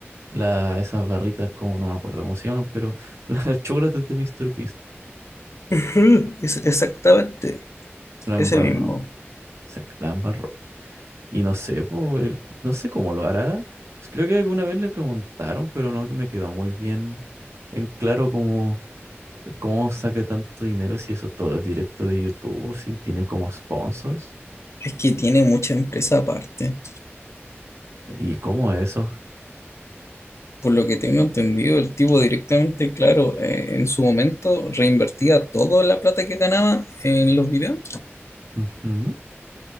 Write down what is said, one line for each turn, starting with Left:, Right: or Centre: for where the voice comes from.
Right: La, esas barritas, como no me acuerdo cómo se llaman, pero <laughs> las chocolates de Mister Beast.
Left: Ujú. Es exactamente,
Right: La embarró,
Left: ese mismo.
Right: sí, la embarró. Y no sé, pues, el- no sé cómo lo hará. Creo que alguna vez le preguntaron, pero no que me quedó muy bien en claro como ¿Cómo saca tanto dinero si eso todo es directo de YouTube? Si tiene como sponsors.
Left: Es que tiene mucha empresa aparte.
Right: ¿Y cómo es eso?
Left: Por lo que tengo entendido, el tipo directamente, claro, eh, en su momento reinvertía toda la plata que ganaba en los videos.
Right: Ujú.